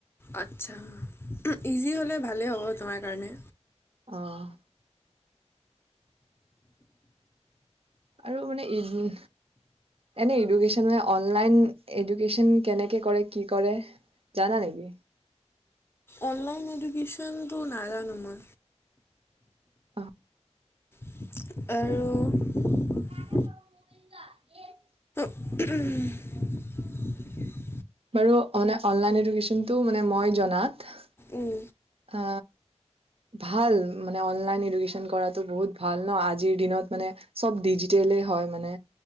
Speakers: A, on the left (about 20°); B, on the right (about 55°).
A: আচছা ইজি হলে ভালে হ'ব তোমাৰ কাৰণে
B: আহ আৰু মানে উ এনে এডুকেশ্যন অনলাইন এডুকে্যন কেনেকে কৰে কি কৰে জানা নেকি
A: অনলাইন এডুকেশনটো নাগ নোা
B: অ
A: আৰু
B: <inaudible>
A: উম
B: বাৰু অন অনলাইন এডিকেশ্চনটো মই জনাত
A: উম
B: অ ভাল মানে অনলাইন এডুকেশ্যন কৰাতো বহুত ভাল ন আজিৰ দিনত মানে চব ডিজিটেলেই হয় মানে